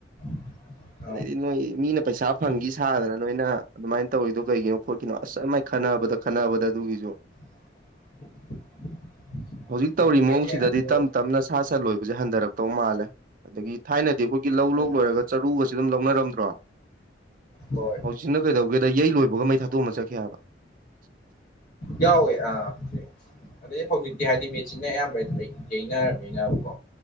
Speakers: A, on the left; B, on the right.
A: <inaudible>
B: ꯑꯗꯩꯗꯤ ꯅꯣꯏ ꯃꯤꯅ ꯄꯩꯁꯥ ꯐꯪꯒꯤ ꯁꯥꯗꯅ ꯅꯣꯏꯅ ꯑꯗꯨꯃꯥꯏꯅ ꯇꯧꯔꯤꯗꯣ ꯀꯩꯒꯤꯅꯣ ꯈꯣꯠꯀꯤꯅꯣ ꯑꯁ ꯈꯠꯅꯕꯗ ꯈꯠꯅꯕꯗ ꯑꯗꯨꯒꯤꯁꯨ
A: <inaudible>
B: ꯍꯧꯖꯤꯛ ꯇꯧꯔꯤ
A: ꯍꯣꯏꯅꯦ
B: ꯃꯑꯣꯡꯁꯤꯗꯗꯤ
A: ꯑꯗꯨ
B: ꯇꯞ ꯇꯞꯅ ꯁꯥ ꯁꯟ ꯂꯣꯏꯕꯁꯦ ꯍꯟꯊꯔꯛꯇꯧ ꯃꯥꯜꯂꯦ ꯑꯗꯒꯤ ꯊꯥꯏꯅꯗꯤ ꯑꯩꯈꯣꯏꯒꯤ ꯂꯧ
A: ꯎꯝ
B: ꯂꯣꯛ ꯂꯣꯏꯔꯒ ꯆꯔꯨꯒꯁꯤ ꯑꯗꯨꯝ ꯂꯧꯅꯔꯝꯗ꯭ꯔꯣ
A: ꯍꯣꯏ
B: ꯍꯧꯖꯤꯛꯁꯤꯅ ꯀꯩꯗꯧꯒꯦꯗ ꯌꯩ ꯂꯣꯏꯕꯒ ꯃꯩ ꯊꯥꯗꯑ ꯑꯃ ꯆꯠꯈꯤ ꯍꯥꯏꯕ <unintelligible>
A: ꯌꯥꯎꯋꯦ ꯑꯥ ꯑꯗꯩ ꯍꯧꯖꯤꯛꯇꯤ ꯍꯥꯏꯗꯤ ꯃꯦꯆꯤꯟꯅ ꯑꯌꯥꯝꯕ ꯌꯅꯔꯕꯅꯤꯅꯕꯀꯣ